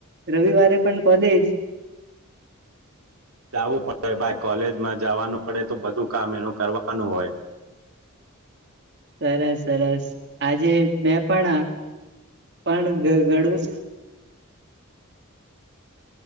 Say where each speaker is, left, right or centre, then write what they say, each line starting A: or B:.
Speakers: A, on the right; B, on the right.
A: રવિવારે પણ કોલેજ
B: જાવું પડે ભાઈ કોલેજમાં જાવાનું પડે તો બધું કામ એનું કરવાનું હોય.
A: સરસ સરસ આજે મેં પણ પણ ગ ઘણું